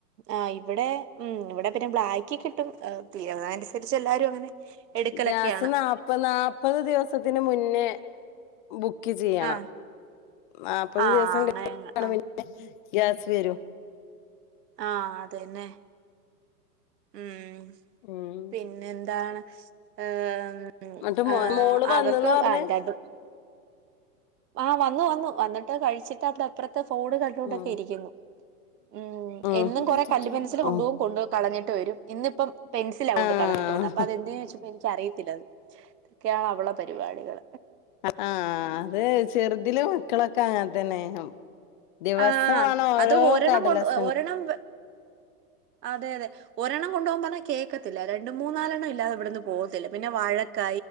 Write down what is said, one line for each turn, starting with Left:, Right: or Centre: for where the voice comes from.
Right: ആ് ഇവിടെ ഉം ഇവിടെ പിന്നെ ബ്ലാക്കികിട്ടും ഹ തീര അനുസരിച്ച് എല്ലാരും അങ്ങനെ എടുക്കലൊക്കെയാണ്
Left: ഗ്യാസ് നാപ്പനാല്പ്പത് ദിവസത്തിന് മുന്നേ ബുക്ക് ചെയ്യണം.
Right: ആഹ്
Left: നാല്പ്പത്
Right: ആഹ്
Left: ദിവസം
Right: അങ്ങനെ
Left: കഴെ
Right: ആഹ്
Left: <unintelligible> ഗ്യാസ്‌ വരും
Right: ആ അതെന്നെ ഉം
Left: ഉം
Right: പിന്നെന്താണ് ആഹ മമ് ഉം
Left: ന്നട്ട് മോ
Right: ആഹ
Left: മോള് വന്ന്ന്നാ
Right: അവർക്ക്
Left: പറഞ്ഞേ
Right: വായ് <unintelligible> ആഹ് വന്നു വന്നു വന്നിട്ട് കഴിച്ചിട്ട് അത് ത്ര ഫോണ് കണ്ടോണ്ടൊക്കെ
Left: ഉം
Right: ഇരിക്കുന്നു ഉ
Left: ഉം
Right: എന്നും കൊറെ കല്ലുപെൻസിൽ കൊണ്ടു
Left: ഉം
Right: പോകും കൊണ്ടയ് കളഞ്ഞ് ട്ട് ട്ട് വരും ഇന്ന് ഇപ്പം പെൻസി ആകൊണ്ട്
Left: ആഹ്
Right: കളഞ്ഞിട്ട് വന്ന അപ്പൊ അതെന്തെന്ന് ചോദിച്ചപ്പോ എനിക്ക് അറിയത്തില്ലന്ന് <unintelligible> അവളെ പരിപാടികൾ
Left: ആ ആ ത് ചെറുതിൽ മക്കളൊക്കെ അങ്ങനെ തന്നെനു ദിവസമാണ്
Right: ആഹ്
Left: ഓരോ
Right: അത് ഒരെണ്ണം
Left: കടലസ്‌
Right: കൊണ്ട് ഒരെണ്ണം വേ അതെ അതെ ഒരെണ്ണം കൊണ്ടു പോകുപോവാൻ പറഞ്ഞ കേക്കത്തില്ല രണ്ട മൂന്നാലെണ്ണംല്ലാതെ ഇവിന്ന് പോവാതില്ല പിന്നെ വഴക്കാ